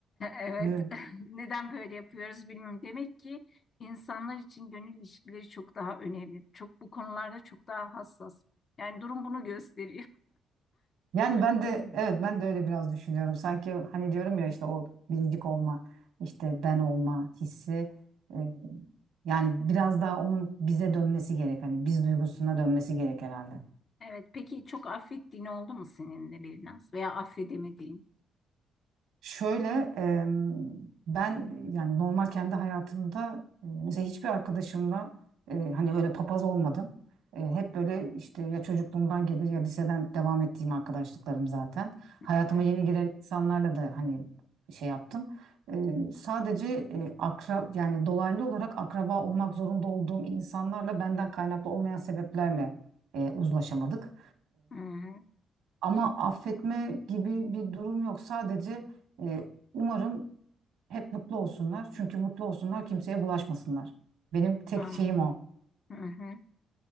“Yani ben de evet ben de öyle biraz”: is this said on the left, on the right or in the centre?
Right